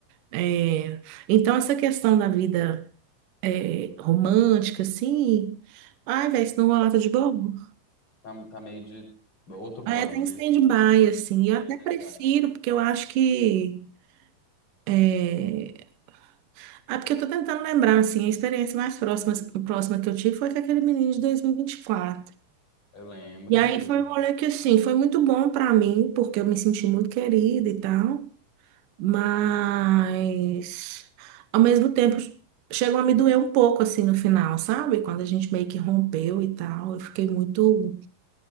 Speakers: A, on the right (about 70°); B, on the left (about 45°).
A: É, Então, essa questão da vida é, romântica, assim. Ai, velho, isso não rola tá de bobo.
B: tá, tá meio de outro plano,
A: É, tá em
B: né?
A: stand-by,
B: Assim,
A: assim.
B: ah,
A: Eu até
B: é stand-by.
A: prefiro, porque eu acho que. É... Ah, porque eu tô tentando lembrar, assim, a experiência mais próxima, próxima que eu tive foi com aquele menino de 2024.
B: Eu lembro,
A: E aí
B: inclusive.
A: foi um rolê que, assim, foi muito bom pra mim, porque eu me senti muito querida e tal, mas ao mesmo tempo chegou a me doer um pouco, assim, no final, sabe? Quando a gente meio que rompeu e tal, eu fiquei muito.